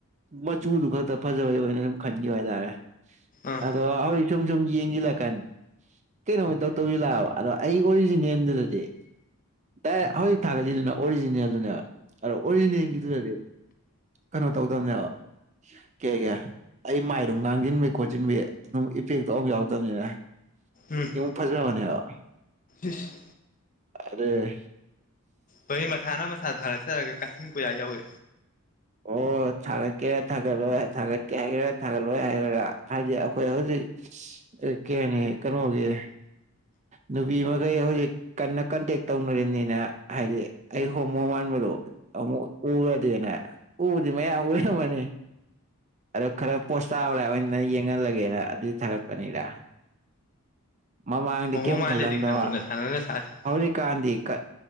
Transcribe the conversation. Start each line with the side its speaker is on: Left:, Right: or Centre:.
Right: ꯃꯆꯨꯗꯨ ꯈꯛꯇ ꯐꯖꯕꯩ ꯑꯣꯏꯅ ꯑꯗꯨꯝ ꯈꯟꯒꯤꯕ ꯍꯥꯏ ꯇꯥꯔꯦ
Left: ꯑꯥ
Right: ꯑꯗꯣ ꯑꯍꯣꯏ ꯁꯨꯝ ꯁꯨꯝ ꯌꯦꯡꯖꯤꯜꯂꯛꯑꯀꯥꯟ ꯀꯩꯅꯣ ꯗꯣꯛꯇꯔ ꯍꯣꯏ ꯂꯥꯛꯑꯕꯣ ꯑꯗꯣ ꯑꯩꯒꯤ ꯑꯣꯔꯤꯖꯤꯅꯦꯟ ꯗꯨ ꯅꯠꯇꯦ ꯗꯥꯏꯔꯦꯛ ꯍꯧꯖꯤꯛ ꯊꯥꯒꯠꯂꯤꯗꯨꯅꯥ ꯑꯣꯔꯤꯖꯤꯅꯦꯜꯗꯨꯅꯦꯕ ꯑꯗꯣ ꯑꯣꯔꯤꯖꯤꯅꯦꯜꯒꯤꯗꯨꯗꯗꯤ ꯀꯅꯣ ꯇꯧꯗꯕꯅꯦꯕꯥ ꯀꯦ ꯀꯦ ꯑꯩ ꯃꯥꯏꯗꯨ ꯉꯥꯡꯖꯤꯟꯕꯩ ꯈꯣꯠ ꯆꯤꯟꯕꯤ ꯑꯗꯨꯝ ꯏꯄꯦꯛꯇ ꯑꯝꯕꯣꯛ ꯌꯥꯎꯗꯕꯅꯤꯅ
Left: ꯎꯝ
Right: ꯌꯨꯝ ꯐꯖꯥꯕꯅꯦꯕꯥ
Left: ꯏꯁ
Right: ꯑꯗꯩ
Left: ꯀꯩꯅꯣ ꯃꯊꯥꯅ ꯃꯊꯥ ꯁꯔꯛꯇꯣꯔꯒ ꯀꯥꯆꯤꯟ ꯀꯣꯏꯌꯥ ꯌꯧꯋꯦ
Right: ꯑꯣ ꯑꯣ ꯊꯥꯒꯠꯀꯦꯔꯥ ꯊꯥꯒꯠꯂꯣꯏꯔ ꯊꯥꯒꯠꯀꯦ ꯍꯥꯏꯒꯦꯔꯥ ꯊꯥꯒꯠꯂꯣꯏ ꯍꯥꯏꯒꯦꯔꯥ ꯍꯥꯏꯗꯤ ꯑꯩꯈꯣꯏ ꯍꯧꯖꯤꯛ ꯑꯦ ꯀꯦꯅꯤ ꯀꯅꯣ ꯒꯤ ꯅꯨꯄꯤ ꯃꯈꯩ ꯍꯧꯖꯤꯛ ꯀꯟꯅ ꯀꯟꯇꯦꯛ ꯇꯧꯅꯔꯤꯕꯅꯤꯅꯥ ꯍꯥꯏꯗꯤ ꯑꯩ ꯍꯣꯃꯣ ꯃꯥꯟꯟꯕꯗꯣ ꯑꯣ ꯑꯃꯨꯛ ꯎꯔꯗꯤꯅꯦ ꯎꯕꯗꯤ ꯃꯌꯥꯝ ꯎꯔꯝꯃꯅꯤ ꯑꯗꯣ ꯈꯔ ꯄꯣꯁ ꯇꯥꯕꯅꯦ ꯍꯥꯏꯕ ꯑꯩꯅ ꯌꯦꯡꯍꯜꯂꯒꯦꯅ ꯑꯗꯨꯏ ꯊꯥꯒꯠꯄꯅꯤꯗꯥ ꯃꯃꯥꯡꯗꯤ
Left: ꯍꯣꯃꯣ
Right: ꯀꯩꯝ
Left: ꯃꯥꯜꯂꯦꯗꯤ
Right: ꯈꯜꯂꯝꯗꯕꯥ
Left: ꯈꯪꯕ ꯅꯁꯥꯅ ꯅꯁꯥꯁꯦ
Right: ꯍꯧꯖꯤꯛꯀꯥꯟꯗꯤ ꯀ